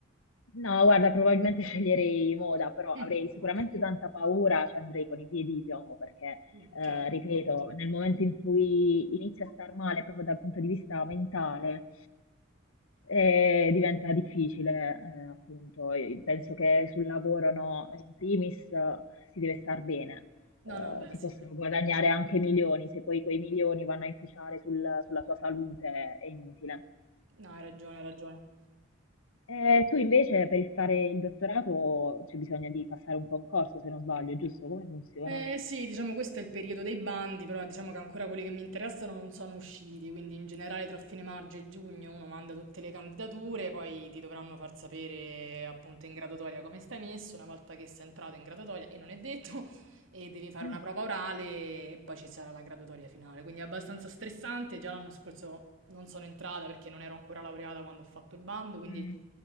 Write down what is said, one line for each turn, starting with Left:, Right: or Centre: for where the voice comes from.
Left: No, guarda, probabilmente sceglierei moda, però
Right: Mm,
Left: avrei sicuramente
Right: ok.
Left: tanta paura, ci andrei con i piedi di piombo perché,
Right: Mm,
Left: eh,
Right: certo.
Left: ripeto, nel momento in cui inizia a star male proprio dal punto di vista mentale, eh, diventa difficile, eh, appunto. Io penso che sul lavoro, no, in primis, eh, si deve star bene,
Right: No,
Left: eh,
Right: no, beh,
Left: si
Right: sì.
Left: possono guadagnare anche milioni, se poi quei milioni vanno a inficiare sul- sulla tua salute è inutile.
Right: No, hai ragione, hai ragione.
Left: Eh, tu invece per il fare il dottorato c'è bisogno di passare un concorso, se non sbaglio, giusto? Come funziona?
Right: Eh sì, diciamo questo è il periodo dei bandi, però diciamo che ancora quelli che mi interessano non sono usciti, quindi in generale tra fine maggio e giugno uno manda tutte le candidature, poi ti dovranno far sapere appunto in graduatoria come stai messo, una volta che sei entrato in graduatoria, e non è detto, e devi fare
Left: Mm,
Right: una prova orale e poi ci sarà la graduatoria finale, quindi è abbastanza stressante, già l'anno scorso non sono entrata perché non ero ancora laureata quando ho fatto il bando, quindi...
Left: mm.